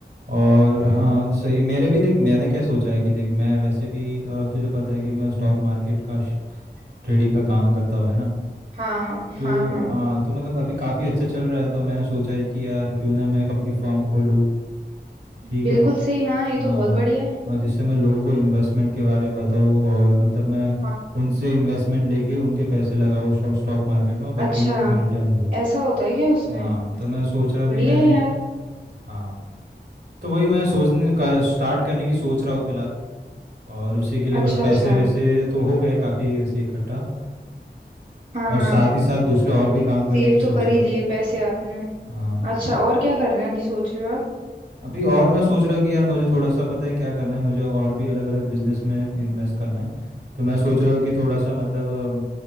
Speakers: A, on the right; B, on the right.
A: और
B: हम्म
A: हाँ सही मेरे भी देख मैंने क्या सोचा है कि देख मैं वैसे भी अ, तुझे पता है कि मैं स्टॉक मार्केट का ट्रेडिंग का काम करता हुआ है ना
B: हाँ हाँ
A: तो
B: हाँ
A: आ, तो मतलब अभी काफ़ी अच्छा चल रहा है तो मैंने सोचा है कि यार क्यों ना मैं एक अपनी फर्म खोलूँ ठीक
B: बिल्कुल
A: है
B: सही हाँ ये
A: हाँ
B: तो बहुत बढ़िया है
A: और जिससे मैं लोगों को इन्वेस्टमेंट के बारे में बताऊँ और मतलब मैं
B: हाँ
A: उनसे इन्वेस्टमेंट लेके उनके पैसे लगाऊँ स्टॉक मार्केट में और बदले
B: अच्छा
A: में उनको रिटर्न दूँ
B: ऐसा होता है क्या उसमें
A: हाँ तो मैं सोच रहा हूँ
B: बढ़िया
A: कि मैंने
B: है यार
A: हाँ तो वही मैं सोचने का स्टार्ट करने की सोच रहा हूँ फिलहाल और उसी के लिए
B: अच्छा
A: बस पैसे
B: अच्छा
A: वैसे तो हो गए काफ़ी वैसे इकट्ठा
B: हाँ
A: और
B: हाँ
A: साथ ही साथ दूसरे और भी काम
B: सेव
A: करने की सोच
B: तो कर
A: रहा
B: ही
A: हूँ
B: लिए पैसे आपने
A: हाँ
B: अच्छा और क्या कर रहे हैं कि सोच रहे हो आप
A: अभी और मैं सोच रहा हूँ कि यार मुझे थोड़ा सा पता है क्या करना है मुझे और भी अलग अलग बिजनेस में इन्वेस्ट करना है तो मैं सोच रहा हूँ कि थोड़ा सा मतलब अम,